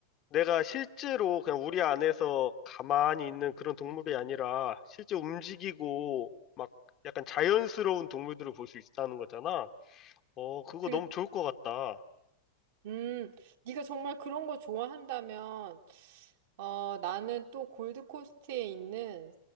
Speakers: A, on the left; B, on the right.
A: 내가 실제로 그냥 우리 안에서 가만히 있는 그런 동물이 아니라 실제 움직이고 막 약간 자연스러운 동물들을 볼 수 있다는 거잖아. 어, 그거
B: 그래,
A: 너무 좋을 것 같다.
B: 음, 네가 정말 그런 거 좋아한다면 어, 나는 또 골드코스트에 있는